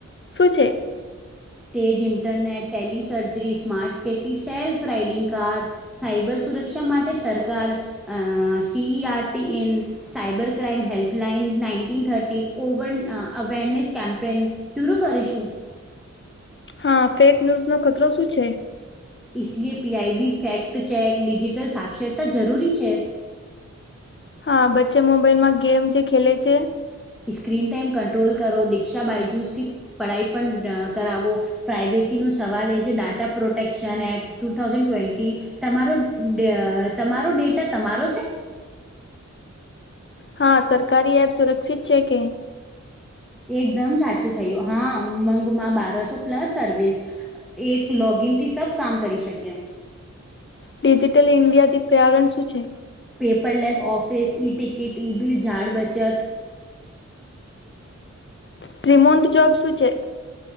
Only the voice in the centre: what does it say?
તેજ ઈન્ટરનેટ, ટેલીસર્જરી, સ્માર્ટ ખેતી, સેલ્ફ રાઈડિંગ કાર. સાયબર સુરક્ષા માટે સરકાર અ C E R T in cyber crime helpline nineteen thirty, ઓવન અવેરનેસ કેમ્પેન શુરું કરીશું.
ઈશલીયે P I B fact check, digital સાક્ષરતા જરૂરી છે.
સ્ક્રીન ટાઈમ કંટ્રોલ કરો, દીક્ષા બાાયજુસથી પઢાઈ પણ કરાવો. પ્રાાઈવેસીનુ સવાલ એ જે data protection act two thousand twenty તમારો ડ તમારો ડેટા તમારો છે?
એકદમ સાચું થયું હા ઉમંગમાં બારાસો પ્લસ સર્વિસ એક લોગીનથી સબ કામ કરી શકે.
Paperless office, e ticket e bill જાળ બચત